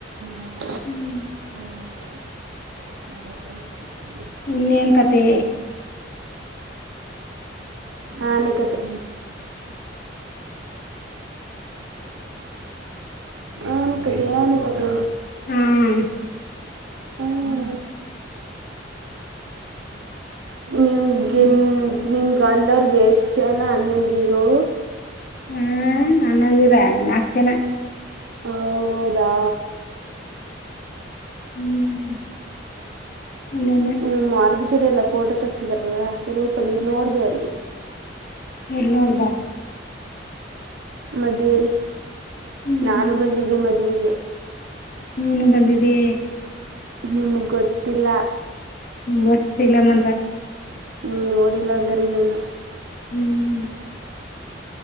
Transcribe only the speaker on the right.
ಅಂತಾ.
<unintelligible>
ಆಣೆಕತೆ ಆನೆಕತೆ ಆನೆಕತೆ
ಹ್ಮ ನಿಮಗೆ
ನಿಮ್ಮ ಗಂಡರಗೆ ಎಷ್ಟ ಜನ ಅನ್ನಂದಿರು.
ಹೌದಾ
ನೀಮ್ಮ ವಾರಗಿತ್ತಿರೆಲ್ಲ ಫೋಟೋ ತೆಗಸಿದ್ರಲ್ಲ ಹಾಕ್ ಗ್ರೂಪಲ್ಲಿ ನೋಡದೆ ಅಲ್ಲಿ.
ಮದ್ವೇಲಿ
ನಾನು ಬಂದಿದ್ದೆ ಮದವೆಗೆ.
ನಿಮ್ಗ ಗೊತ್ತಿಲ್ಲ.
ನೀವ ನೋಡಿಲ್ಲ ಹಂಗಾರೆ ನನ್ನ